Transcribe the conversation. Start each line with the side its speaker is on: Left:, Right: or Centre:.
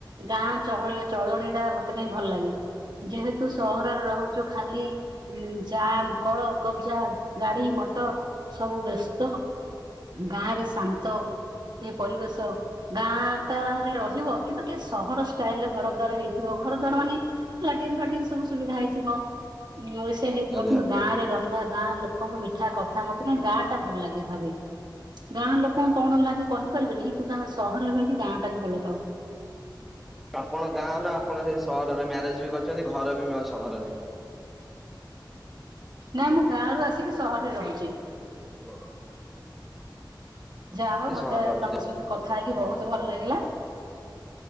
Right: ଗାଁ ଚହଳ ଚଳଣି ଟା ମତେ କାହିଁ ଭଲ ଲାଗେ, ଯେହେତୁ ସହରରେ ରହୁଚୁ ଖାଲି ଉଁ ଜାମ୍ କଳ କବ୍ ଜା ଗାଡି ମଟର୍ ସବୁ ବ୍ୟସ୍ତ, ଗାଁରେ ଶାନ୍ତ ଏ ପରିବେଶ, ଗାଁ ଟାରେ ରହିବ କିନ୍ତୁ ଟିକେ ସହର ଷ୍ଟାଇଲ୍ ରେ ଘର ଘର ଦ୍ଵାର ହେଇଥିବ, ଘର ଦ୍ବାର ମାନେ ଲାଟିନ୍‌ ଫାଟିନ୍‌ ସବୁ ସୁବିଧା ହେଇଥିବ, ଏ ସେ ସୁବିଧା ହେଇଥିବ
Centre: ଆଜ୍ଞା
Right: କିନ୍ତୁ ଗାଁ ରେ ରହିବା, ଗାଁ ଲୋକଙ୍କୁ ମିଠା କଥା, ମତେ କାହିଁ ଗାଁ ଟା ଭଲ ଲାଗେ ଭାବେ। ଗାଁ ଲୋକଙ୍କୁ କଣ ଲାଗେ କହିପାରିବେନି କିନ୍ତୁ ଆମେ ସହରରେ ରହିକି ଗାଁ ଟା କୁ ଭଲ ପାଉ।
Centre: ଆପଣ ଗାଁ ନା ଆପଣ ସେ ସହରରେ ମ୍ୟାରେଜ୍ ବି କରିଚନ୍ତି, ଘର ବି ସହରରେ।
Right: ନାଇଁ ମୁଁ ଗାଁ ରୁ ଆସିକି ସହରରେ ରହୁଚି।
Centre: ହାଲୋ।
Right: ଯାହାହଉ ମତେ
Centre: ସହରରେ ଅଛନ୍ତି।
Right: ତମ ସହିତ କଥା ହେଇକି ବହୁତ ଭଲ ଲାଗିଲା।